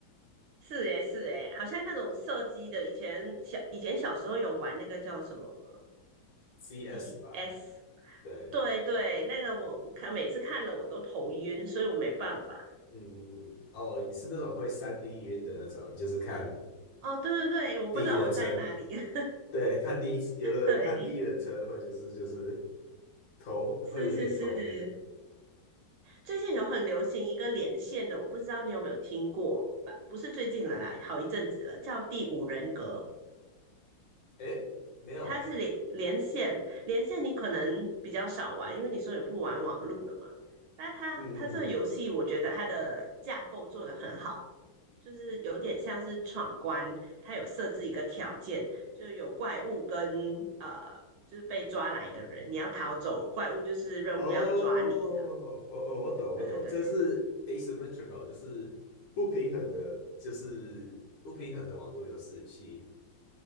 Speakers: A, on the right (about 70°); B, on the left (about 65°).
A: 是诶、是诶、好像那种射击的，以前小以前小时候有玩那个叫什么
B: ，CS
A: CS，
B: 吧，对。
A: 对对，那个我我看每次看了我都头晕，所以我没办法。
B: 嗯嗯嗯，哦，你是那种会三
A: 嗯，
B: d 晕的那种，就是看
A: 哦，对对对，我不知道我在哪里。
B: 第一人称
A: <laughs>
B: 对，看第一次，有的人看第一人称会就是就是
A: 对的，
B: 头会有点头晕。
A: 是是是，最近有很流行一个连线的，我不知道你有没有听过吧？不是最近了啦，好一阵子了，叫第五人格。
B: 诶，没有诶。
A: 它是连连线，连线你可能比较少玩，因为你说你不玩网路了嘛。但它它这个游戏，
B: 嗯嗯嗯，
A: 我觉得它的架构做得很好，就是有点像是闯关，它有设置一个条件，就有怪物跟呃，就是被抓来的人，你要逃走，怪物就是任务要抓你这样。
B: 哦哦哦，我懂我懂，
A: 对对对，
B: 这是 asymmetrical，就是不平衡的，就是不平衡的网络游戏。